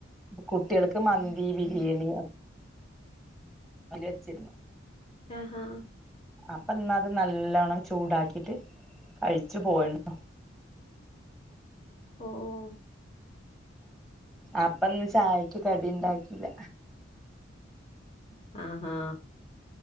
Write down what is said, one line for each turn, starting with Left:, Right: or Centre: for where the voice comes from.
Centre: കുട്ടികൾക്ക് മന്തി ബിരിയാണി ലെ വച്ചിരുന്നു
Left: ആ ആ
Centre: അപ്പൊ ഇന്നത് നല്ലോണ്ണം ചൂടാക്കിട്ട് കഴിച്ചു പോയിണ്
Left: ഓ ഓ
Centre: അപ്പന്ന് ചായക്ക് കടി ഇണ്ടാക്കില്ല
Left: ആഹാ